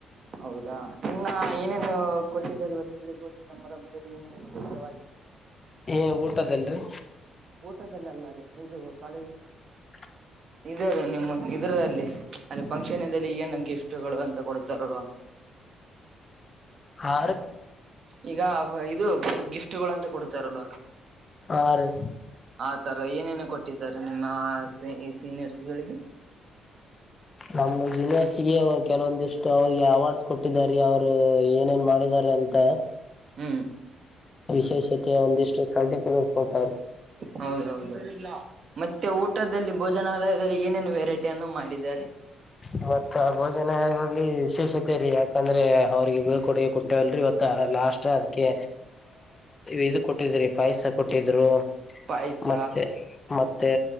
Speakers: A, on the right (about 55°); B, on the left (about 30°).
A: ಹೌದಾ ಇನ್ನ ಏನೇನು ಕೊಟ್ಟಿದ್ದಾರೆ ಇವತ್ತು ಬಿಳಿಗೋಡಿ ್ರಮದಲ್ಲಿ ಏನಚೇವ
B: ಏ ಊಟದಲ್ರರಿ
A: ಊಟದಲ್ಲೆಲ್ಲ ರೀ ಇದು ಕಾಲೇಜ್
B: <inaudible>
A: ಇದ ನಿಮ ಇದ್ರಲ್ಲಿ ಅಲ್ಲಿ ಫಂಕ್ಷನ್ದಲ್ಲಿ ಏನು ಗಿಫ್ಟ ಗಳು ಅಂತ ಕೊಡ್ತಾರಲ್ವಾ
B: ಆ
A: ಈಗ ಇದು ಗಿಫ್ಟಗಳುಂತ ಕೊಡ್ತಾರಲ್ವಾ
B: ಹಾ ರೀ
A: ಆ ತರ ಏನೇನ ಕೊಟ್ಟ ಇಟ್ಟಿದ್ದಾರೆ ನಿಮ್ಮ ಸೀನಿಯರ್ ಸಿಗಳಿಗೆ
B: ನಮ್ಮ ಜೂನಿವರ್ಸಿಗೆ ಕೆಲವೊಂದಿಷ್ಟು ಅವ್ರಿಗೆ ಅವಾರ್ಡ್ಸ್ ಕೊಟ್ಟ ಇಟ್ಟಿದಾರಿ ಅವರು ಏನೇನ್ ಮಾಡಿದಿದ್ದಾರೆ ಅಂತ
A: ಹ್ಮ್
B: ವಿಶೇಷತೆೆಯ ಒಂದಿಷ್ಟು ಸರ್ಟಿಫಿಕೇಟ್ ಕೊಡ್ತರು
A: ಹೌದೌದು ಮತ್ತೆ ಊಟದಲ್ಲಿ ಭೋಜನಾಲಯದಲ್ಲಿ ಏನೇನು ವೆರೈಟಿ ಅನ್ನು ಮಾಡಿದ್ದಾರೆ
B: ಮವತ್ತ ಭೋಜನ ಆಗಾಗ್ಲಿ ವಿಶೇಷುತ್ತೇ ರೀ ಯಾಕಂದ್ರೆ ಅವ್ರಿಗೆ ಬೀಳ ಕೊಡುಗೆ ಕೊಟ್ಟೇವಲ್ರಿ ಇವತ್ತು ಲಾಸ್ಟ್ ಅದಕ್ಕೆ ಇ ಕೊಟ್ಟಿದ್ರಿ ಪೈಸ ಕೊಟ್ಟಿದ್ರು
A: ಪಾಯಸ
B: ಮತ್ತೆ ಮತ್ತೆ